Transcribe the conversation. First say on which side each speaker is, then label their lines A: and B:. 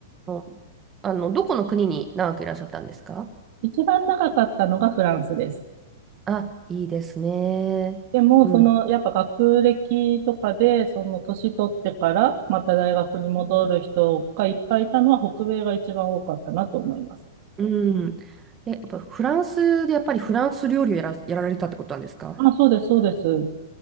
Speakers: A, on the right (about 20°); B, on the right (about 45°).
A: あの、あのどこの国に長くいらっしゃったんですか
B: 一番長かったのがフランスです。
A: あ、いいですね。
B: でも、
A: うん。
B: その、やっぱ学歴とかで、その年取ってから、また大学に戻る人がいっぱいいたのは、北米が一番多かったなと思います。
A: うんうん。で、やっぱフランスでやっぱりフランス料理をやら、やられたってことなんですか
B: あ、そうです、そうです。